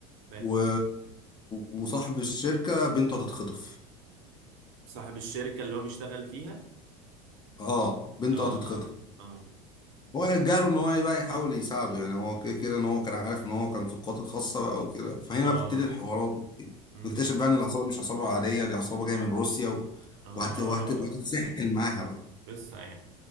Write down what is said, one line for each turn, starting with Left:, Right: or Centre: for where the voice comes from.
Right: فاهم
Left: و... وصاحب الشركة بنته هتتخطف
Right: صاحب الشركة اللي هو بيشتغل فيها
Left: اه بنته
Right: اه
Left: هتتخطف
Right: اه اه
Left: هو جاله ان هو بقى يحاول يساعده يعني هو كده كده ان هو كان عارف ان هو كان في القوات الخاصه بقى وكده فهنا
Right: اه
Left: بقى بتبتدي الحوارات
Right: امم
Left: ويكتشف بقى ان العصابه دي مش عصابه عاديه دي عصابه جايه من روسيا و...
Right: اه
Left: وهت... وهت... وهتتسحل معاها بقى
Right: لسه يعني